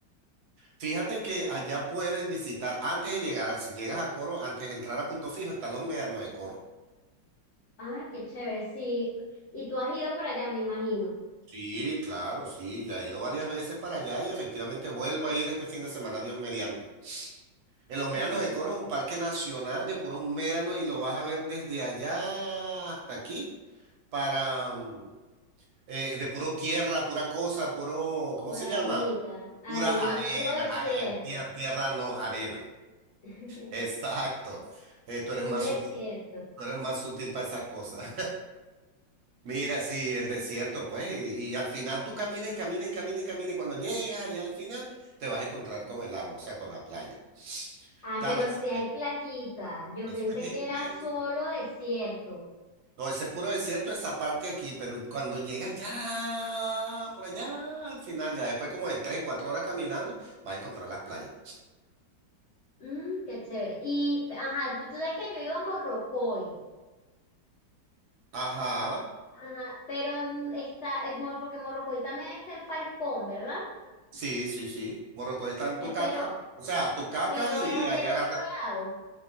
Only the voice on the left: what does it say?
ah, qué chévere, sí. Y tú has ido para allá, me imagino.
<laughs>
Pura
arenita, arena,
puro desierto.
<laughs>
Puro
desierto.
Ah,
pero
sí hay playita. Yo
pensé
que
era solo desierto.
Mm, qué chévere. Y, ajá, tú sabes que yo iba a Morrocoy.
Ajá, pero mm, está, eh, Mor- porque Morrocoy también está en Falcón, ¿verdad?
Eh,
pero,
pero
es
del
otro lado,